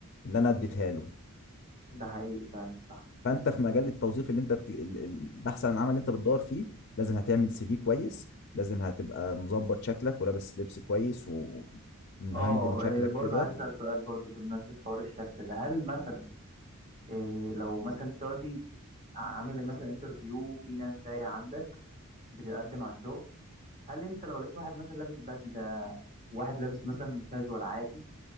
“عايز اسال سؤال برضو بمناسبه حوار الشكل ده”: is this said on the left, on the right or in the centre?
Right